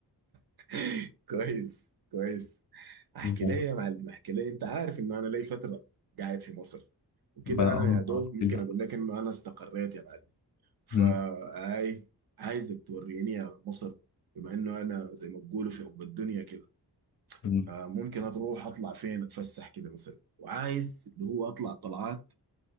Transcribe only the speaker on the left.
ما
آه،
قلت
لي
مم،
مم.